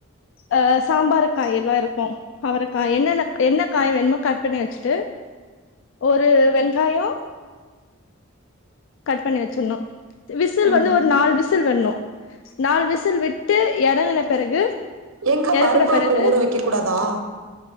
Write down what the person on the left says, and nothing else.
ஹ சாம்பாரு காய் எல்லா இருக்கும் அவரகா என்னென்ன என்ன காய் வேணுமோ கட் பண்ணி வச்சிட்டு ஒரு வெங்காயம் கட் பண்ணி வச்சிடனும் விசில்
வந்து ஒரு நாலு விஸ் விசில் விடனும் நாலு விசில் விட்டு எறங்கன பிறகு
எறக்குன
பிறகு